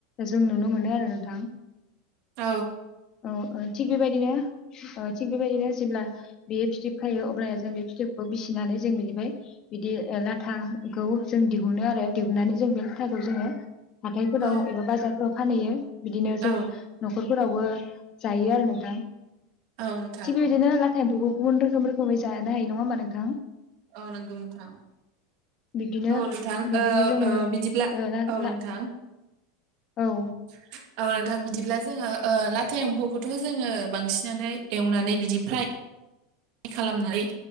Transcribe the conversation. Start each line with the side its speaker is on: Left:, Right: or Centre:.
Left: जों नुनो मोनो आरो नोंथां।
Right: औ
Left: औ ओ थिग बेबायदिनो ओ थिग बेबायदिनो जेब्ला बेयो फिथोब खायो अब्लाया जों बे फिथोबखौ बिसिनानै जों बेनिफ्राय बिदि लाथा खौ जों दिहुनो आरो दिहुननानै जों बे लाथाखौ जोङो हाथायफोराव
Right: औ
Left: एबा बाजारफोराव फानहैयो बिदिनो
Right: औ
Left: जों न'खर फोरावबो जायो आरो नोंथां।
Right: औ। नोंथां
Left: थिग बेबायदिनो
Right: औ
Left: लाथा एम्फखौ गुबुन रोखोम रखोमै जानो हायो नंङा होमबा नोंथां?
Right: औ नंगौ नोथां।
Left: बिब्दिनो
Right: औ नोंथां
Left: बिदिनो
Right: ओ
Left: जोङो
Right: ओ बिदिब्ला
Left: ला
Right: औ
Left: ला
Right: नोंथां।
Left: औ
Right: <inaudible> औ नोंथां बिदिब्ला जोङो ओ लाथा एम्फौखौथ' जोङो बांसिनानो एवनानै बिदि फ्राय खालामनानै